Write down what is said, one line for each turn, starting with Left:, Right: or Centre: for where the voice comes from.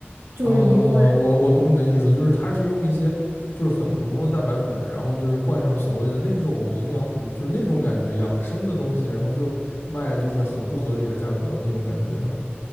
Right: 就是一罐。
Left: 啊，我我懂你的意思，就是它是用一些就是很普通的蛋白粉，然后就是灌上所谓的那种营养补，就是那种感觉养生的东西，然后就卖就是很不合理的价格那种感觉啊。